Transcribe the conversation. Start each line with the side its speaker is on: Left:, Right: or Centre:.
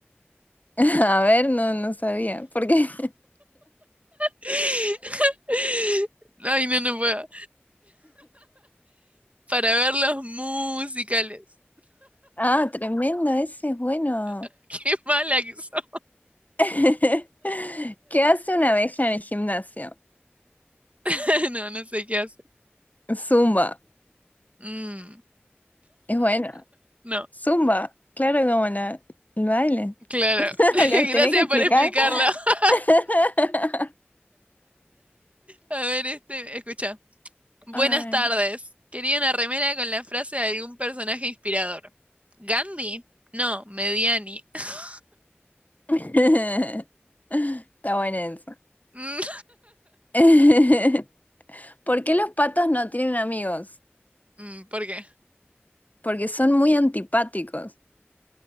Left: <laughs> A ver, no, no sabía. Porque. <laughs>
Right: <laughs> Ay, no, no puedo. Para ver los musicales.
Left: Ah, tremendo, ese es bueno.
Right: <laughs> Qué mala que soy.
Left: <laughs> ¿Qué hace una abeja en el gimnasio?
Right: <laughs> No, no sé qué hace.
Left: Zumba.
Right: Mm,
Left: Es bueno.
Right: no,
Left: Zumba. Claro, como la, el baile.
Right: claro.
Left: <laughs>
Right: <laughs> Gracias
Left: Lo tenía que explicar.
Right: por explicarlo. <laughs>
Left: <laughs>
Right: A ver, este, escucha. Buenas
Left: Ay.
Right: tardes. Quería una remera con la frase de algún personaje inspirador. ¿Gandhi? No, Mediani. <laughs>
Left: <laughs> Está bueno eso.
Right: Mm,
Left: <laughs> ¿Por qué los patos no tienen amigos?
Right: mm, ¿por qué?
Left: Porque son muy antipáticos.